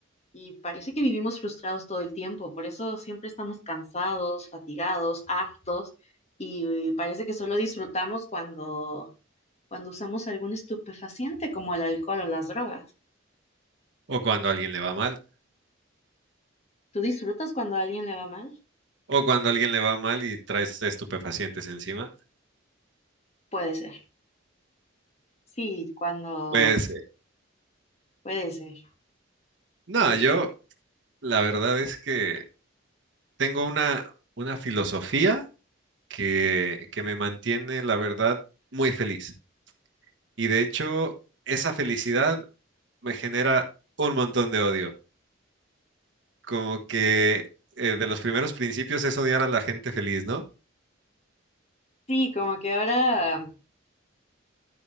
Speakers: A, on the left; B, on the right.
A: y parece que vivimos frustrados todo el tiempo. Por eso siempre estamos cansados, fatigados, hartos y parece que solo disfrutamos cuando cuando usamos algún estupefaciente como el alcohol o las drogas.
B: O cuando a alguien le va mal,
A: ¿Tú disfrutas cuando a alguien le va mal?
B: o cuando a alguien le va mal y traes estupefacientes encima.
A: Puede ser. Sí, cuando
B: Pues, eh,
A: puede ser.
B: no,
A: Pero
B: yo...
A: sí,
B: La verdad es que tengo una, una filosofía que, que me mantiene, la verdad, muy feliz. Y de hecho, esa felicidad me genera un montón de odio. Como que eh, de los primeros principios es odiar a la gente feliz, ¿no?
A: sí, como que ahora,